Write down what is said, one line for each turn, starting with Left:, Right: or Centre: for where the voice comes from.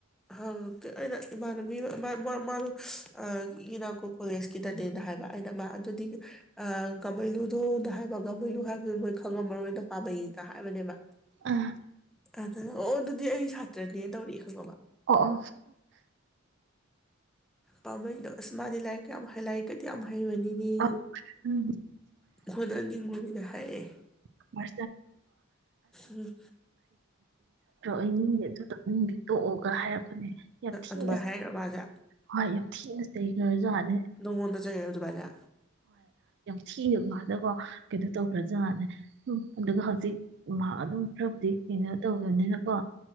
Centre: ꯍꯪ ꯑꯩꯅ ꯏꯃꯥꯟꯅꯕꯤ ꯃꯥꯗꯣ ꯏꯅꯥꯀꯣ ꯀꯣꯂꯦꯖꯀꯤꯗꯅꯦꯅ ꯍꯥꯏꯕ ꯑꯩꯅ ꯃꯥ ꯑꯗꯨꯗꯤ ꯒꯃꯩꯂꯨꯗꯨꯅ ꯍꯥꯏꯕ ꯒꯝꯃꯩꯂꯨ ꯍꯥꯏꯕꯗꯨ ꯃꯣꯏ ꯈꯪꯉꯝꯃꯔꯣꯏ ꯑꯣꯏꯅ ꯄꯥꯝꯃꯩꯅ ꯍꯥꯏꯕꯅꯦꯕ
Right: ꯑꯥ
Centre: ꯇꯥꯗ ꯑꯣ ꯑꯗꯨꯗꯤ ꯑꯩ ꯁꯥꯇ꯭ꯔꯅꯦ ꯇꯧꯔꯛꯑ ꯈꯪꯉꯥꯕꯔꯥ
Right: ꯑꯣ
Centre: ꯄꯥꯝꯝꯕꯩꯩꯗꫭ ꯑꯁ ꯃꯥꯅꯤ ꯂꯥꯏꯔꯤꯛ ꯀꯥ ꯌꯥꯝ ꯍꯥꯏ ꯂꯥꯏꯔꯤꯛꯀꯩꯗꯤ ꯌꯥꯝ ꯍꯩꯕꯅꯤꯅꯦ
Right: ꯑꯣ ꯎꯝ
Centre: ꯍꯣꯠꯅꯅꯤꯡꯕꯅꯤꯅ ꯍꯥꯏꯌꯦ
Right: <unintelligible> ꯑꯣ
Centre: ꯎꯝ
Right: ꯑꯩꯅꯤꯡꯗꯤ ꯑꯗꯨ ꯇꯅꯤꯡꯗꯤ ꯇꯣꯛꯑꯒ ꯍꯥꯏꯔꯄ ꯌꯥꯝ ꯊꯤꯅꯦ
Centre: ꯑꯗꯨꯃꯥꯏꯅ ꯍꯥꯏꯔꯛꯑꯦ ꯃꯥꯁꯦ
Right: ꯍꯣꯏ ꯌꯥꯝ ꯊꯤꯅꯦ ꯔꯁꯨ <unintelligible>
Centre: ꯅꯥꯒꯣꯟꯗ ꯆꯩꯔꯤꯔꯣ ꯑꯗꯨꯃꯥꯏꯅ
Right: ꯊꯤꯔ ꯀꯥꯜꯗꯀꯣ ꯀꯩꯅꯣ ꯇꯧꯈ꯭ꯔꯖꯥꯅꯦ ꯎꯝ ꯑꯗꯨꯒ ꯍꯧꯖꯤꯛ ꯃꯍꯥꯛ ꯑꯗꯨꯝ ꯈꯔꯕꯨꯗꯤ ꯀꯩꯅꯣ ꯇꯧꯕꯅꯤꯅꯀꯣ